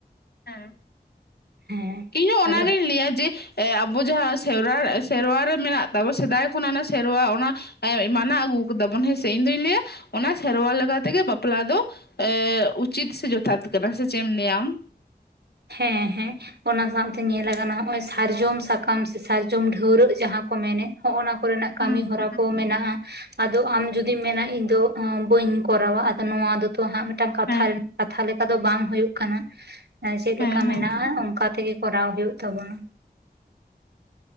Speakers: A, on the left; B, on the right.
A: ᱦᱮᱸ
B: ᱦᱮᱸ
A: ᱤᱧ ᱦᱚᱸ
B: ᱟᱫᱚ
A: ᱚᱱᱟᱜᱤᱧ ᱞᱟᱹᱭᱟ ᱡᱮ ᱟᱵᱚ ᱡᱟᱦᱟᱸ ᱥᱮᱨᱣᱟ ᱥᱮᱨᱣᱟ ᱨᱮ ᱢᱮᱱᱟᱜ ᱛᱟᱵᱚ ᱥᱮᱫᱟᱭ ᱠᱷᱚᱱᱟᱜ ᱚᱱᱟ ᱥᱮᱨᱣᱟ ᱚᱱᱟ ᱮᱸ ᱢᱟᱱᱟᱣ ᱟᱹᱜᱩ ᱠᱟᱫᱟᱵᱚᱱ ᱦᱮᱸ ᱥᱮ, ᱤᱧᱫᱩᱧ ᱞᱟᱹᱭᱟ ᱚᱱᱟ ᱥᱮᱨᱣᱟ ᱞᱮᱠᱟ ᱛᱮᱜᱮ ᱵᱟᱯᱞᱟ ᱫᱚ ᱮ ᱩᱪᱤᱛ ᱥᱮ ᱡᱚᱛᱷᱟᱛ ᱠᱟᱱᱟ, ᱥᱮ ᱪᱮᱫ ᱮᱢ ᱞᱟᱹᱭᱟ ᱟᱢ?
B: ᱦᱮᱸ ᱦᱮᱸ᱾ ᱚᱱᱟ ᱥᱟᱶᱛᱮ ᱧᱮᱞ ᱟᱠᱟᱱᱟ ᱦᱚᱸᱜ-ᱚᱭ ᱥᱟᱨᱡᱚᱢ ᱥᱟᱠᱟᱢ ᱥᱮ ᱥᱟᱨᱡᱚᱢ ᱰᱷᱟᱹᱣᱨᱟᱹᱜ ᱡᱟᱦᱟᱸ ᱠᱚ ᱢᱮᱱᱮᱫ ᱦᱚᱸᱜᱼᱚ ᱱᱟ ᱠᱚᱨᱮᱱᱟᱜ ᱠᱟᱹᱢᱤ
A: ᱦᱩᱸ
B: ᱦᱚᱨᱟ
A: ᱦᱩᱸ
B: ᱠᱚ ᱢᱮᱱᱟᱜ-ᱟ ᱟ ᱫᱚ ᱟᱢ ᱡᱩᱫᱤᱢ ᱢᱮᱱᱟ ᱤᱧ ᱫᱚ ᱵᱟᱹᱧ ᱠᱚᱨᱟᱣᱟ ᱟᱫᱚ ᱱᱚᱣᱟ ᱫᱚᱛᱚ ᱦᱟᱸᱜ ᱢᱤᱫᱴᱟᱝ ᱠᱟᱛᱷᱟ
A: ᱦᱮᱸ
B: ᱠᱟᱛᱷᱟ ᱞᱮᱠᱟ ᱫᱚ ᱵᱟᱝ ᱦᱩᱭᱩᱜ ᱠᱟᱱᱟ, ᱪᱮᱫ ᱞᱮᱠᱟ
A: ᱦᱮᱸ
B: ᱢᱮᱱᱟᱜ-ᱟ
A: ᱦᱮᱸ
B: ᱚᱱᱠᱟ ᱛᱮᱜᱮ ᱠᱚᱨᱟᱣ ᱦᱩᱭᱩᱜ ᱛᱟᱵᱚᱱᱟ᱾